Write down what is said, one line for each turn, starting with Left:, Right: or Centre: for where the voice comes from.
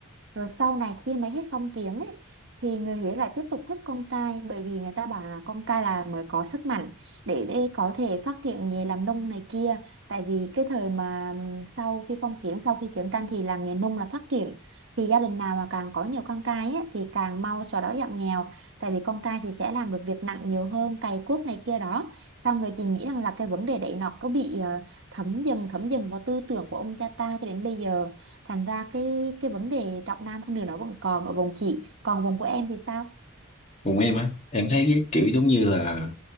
Right: Rồi sau này khi mà hết phong kiến ấy thì người Huế lại tiếp tục thích con trai bởi vì người ta bảo là con trai là mới có sức mạnh để, để có thể phát triển nghề làm nông này kia. Tại vì cái thời mà ừm, sau khi phong kiến, sau khi chiến tranh thì là nghề nông là phát triển. Thì gia đình nào mà càng có nhiều con trai ấy, thì càng mau xóa đói giảm nghèo. Tại vì con trai thì sẽ làm được việc nặng nhiều hơn, cày cuốc này kia đó. Xong rồi chị nghĩ rằng là cái vấn đề đấy nó có bị ờ, thấm dần thấm dần vào tư tưởng của ông cha ta cho đến bây giờ thành ra cái cái vấn đề trọng nam khinh nữ nó vẫn còn ở vùng chị còn vùng của em thì sao
Left: cùng em á, em thấy cái kiểu giống như là